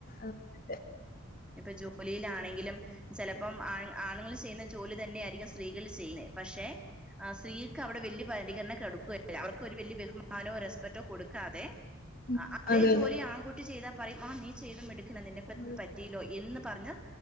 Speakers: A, on the left; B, in the centre.
A: അതെ
B: ഇപ്പം ജോലിയിലാണെങ്കിലും ചെലപ്പം ആണ് ആണുങ്ങള് ചെയ്യുന്ന ജോലി തന്നെയായിരിക്കും സ്ത്രീകൾ ചെയ്യുന്നെ. പക്ഷേ ആഹ് സ്ത്രീക്ക് അവിടെ വല്ല്യ പരിഗണന കൊടുക്കുവല്ല അവർക്കൊരു ഒരു വല്ല്യ ബഹു ബഹുമാനോ, റെസ്പെക്റ്റോ കൊടുക്കാതെ
A: ഉം
B: ആ അതേ
A: അതെ
B: ജോലി ആൺകുട്ടി ചെയ്താ പറയും ആ നീ ചെയ്ത മിടു നിന്നെ കൊണ്ട്
A: അതെ
B: പറ്റിഴില്ലോ എന്ന് പർഞ്ഞ്